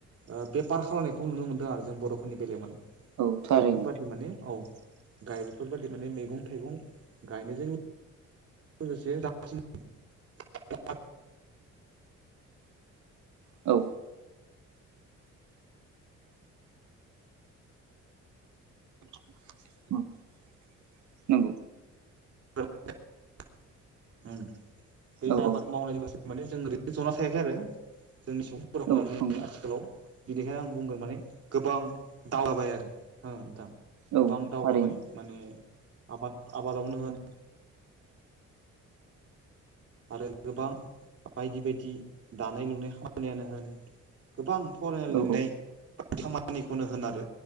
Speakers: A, on the right (about 50°); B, on the right (about 70°).
A: ओ बेफार खालामनायखौ नुनो मोनदों आरो जों बर'फोरनि बेलायाव माने
B: औ थारैनो
A: बेफोरबादि माने औ गाय बेफोरबायादि माने मैगं थाइगं गायनायजों लोगोसे <unintelligible>
B: औ <unintelligible> नंगौ
A: <unintelligible> उम बे
B: औ
A: माइ
B: औ
A: आबाद मावनायनि माने जों ओरैनो जना थायाखै आरो जोंनि सुबुंफोरा
B: औ
A: माने
B: थांगोन
A: आथिखालाव बिनिखायनो आं बुंगोन माने गोबां दावगाबाय आरो हो नोंथां
B: औ
A: गोबां दावगाबाय
B: थारैनो
A: माने आबाद आबादावनो होन <unintelligible> आरो गोबां बायदि बायदि दानाय लुनाय खामानियानो होन गोबां फरायनाय लिररनाय
B: औ
A: खामानिखौनो होन आरो